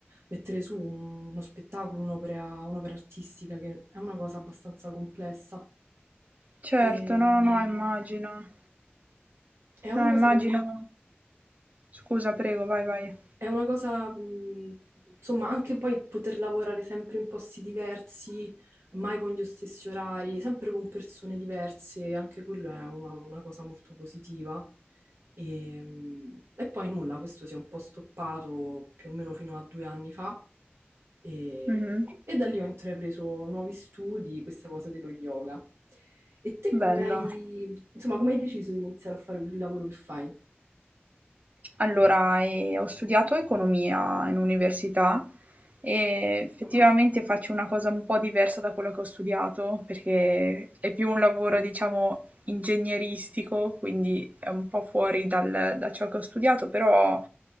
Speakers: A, on the right; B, on the right.
A: mettere su un- uno spettacolo, un'opera, un'opera artistica, che è una cosa abbastanza complessa.
B: Certo,
A: E,
B: no,
A: mh,
B: no, no, immagino.
A: è una
B: No,
A: cosa
B: immagino
A: che mi,
B: scusa, prego, vai, vai.
A: È una cosa, mh, insomma, anche poi poter lavorare sempre in posti diversi, mai con gli stessi orari, sempre con persone diverse, anche quello è una, una cosa molto positiva. E, mh, e poi nulla, questo si è un po' stoppato più o meno fino a due anni fa e,
B: Mh-mh.
A: e da lì ho intrapreso nuovi studi, questa cosa dello yoga. E te
B: Bello.
A: come hai, insomma, come hai deciso di iniziare a fare il lavoro che fai?
B: Allora, ehm, ho studiato economia in università e effettivamente faccio una cosa un po' diversa da quello che ho studiato, perché è più un lavoro, diciamo, ingegneristico, quindi è un po' fuori dal da ciò che ho studiato, però